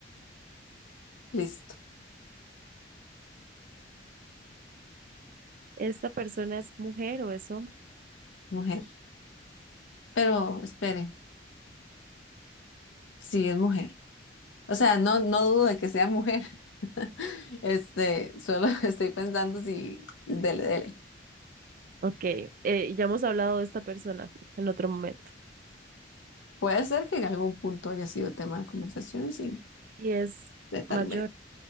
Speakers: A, on the left (about 85°); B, on the right (about 45°).
A: Listo,
B: ¿Esta persona es mujer o es hombre?
A: mujer. Pero espere, sí es mujer. O sea, no, no dudo de que sea mujer. <laughs> Este, solo <laughs> estoy pensando si, dele, dele.
B: Ok, eh, ya hemos hablado de esta persona en otro momento
A: Puede ser que en algún punto haya sido tema de conversación, sí,
B: y es
A: de tal
B: mayor,
A: vez.